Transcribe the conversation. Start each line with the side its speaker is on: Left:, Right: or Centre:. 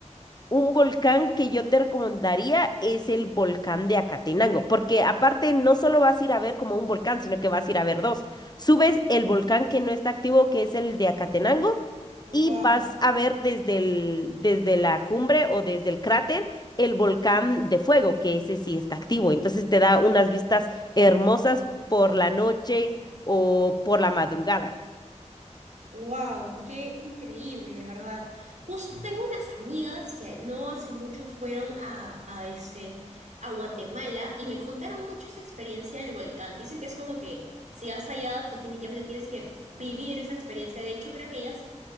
Left: Un volcán que yo te recomendaría es el volcán de Acatenango, porque aparte no solo vas a ir a ver como un volcán, sino que vas a ir a ver dos. Subes el volcán que no está activo, que es el de Acatenango,
Right: wow.
Left: y vas a ver desde el, desde la cumbre o desde el cráter el volcán de fuego, que ese sí está activo. Entonces te da unas vistas hermosas por la noche o por la madrugada.
Right: Wow, qué increíble, de verdad. Justo tengo unas amigas que no hace mucho fueron a, a ese a Guatemala y me contaron mucho esa experiencia del volcán. Dicen que es como que si vas allá, definitivamente tienes que vivir esa experiencia. De hecho, creo que ellas